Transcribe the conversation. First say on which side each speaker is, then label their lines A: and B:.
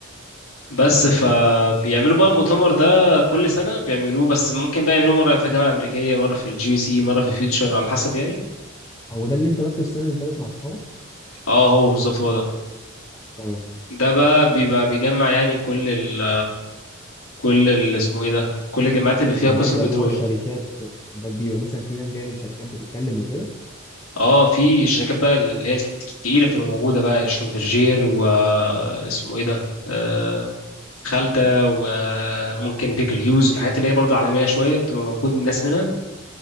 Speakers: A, on the left; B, on the left.
A: بس فبيعملوا بقى المؤتمر ده كل سنه بيعملوه بس ممكن بقى يعملوه مره في الجامعه الامريكيه مره في الجي سي مره في فيوتشر على حسب يعني
B: هو ده اللي انت رحته السنه اللي فاتت مع صحابك
A: اه هو بالظبط هو ده
B: اه
A: ده بقى بيبقى بيجمع يعني كل ال كل ال اسمه ايه ده كل الجامعات اللي فيها
B: يعني
A: قسم
B: ده بيبقى
A: بترول
B: جوه الشركات ده بيبقى مثلا في ناس جايه من شركات بتتكلم وكده
A: اه في شركات بقى اللي هي التقيله بتبقى موجوده بقى شلومبرجير واسمه ايه ده آه، خالدة وممكن بيكر هيوز الحاجات اللي هي برضه عالمية شوية بتبقى موجود الناس منها